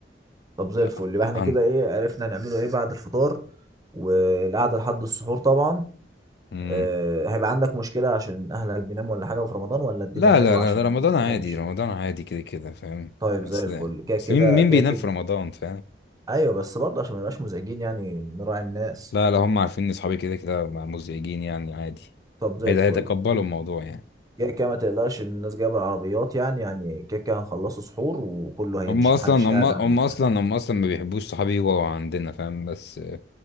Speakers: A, on the right; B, on the left.
A: طب زي
B: تقريبا
A: الفل يبقى احنا كده ايه عرفنا هنعمله ايه بعد الفطار والقعده لحد السحور طبعا
B: مم.
A: آه، هيبقى عندك مشكلة عشان أهلك بيناموا ولا حاجة وفي رمضان ولا الدنيا
B: لا
A: حلوة
B: لا لا
A: عشان
B: ده رمضان
A: ما تضايقهمش
B: عادي رمضان عادي كده كده فاهم
A: طيب
B: اصل
A: زي الفل كده
B: اصل
A: كده
B: مين مين
A: كده
B: بينام
A: كده
B: في رمضان فاهم
A: أيوة بس برضه عشان ما يبقاش مزعجين يعني نراعي الناس
B: لا لا هم عارفين ان اصحابي كده كده مع- مزعجين يعني عادي
A: طب زي
B: هيدا
A: الفل
B: هيتقبلوا الموضوع يعني
A: كده كده ما تقلقش الناس جايبة العربيات يعني يعني كده كده هنخلصوا سحور وكله هيمشي
B: هم اصلا
A: محدش
B: هم
A: قاعد
B: هم
A: عندك
B: اصلا
A: يعني
B: هم اصلا ما بيحبوش صحابي يبقوا عندنا فاهم بس آه،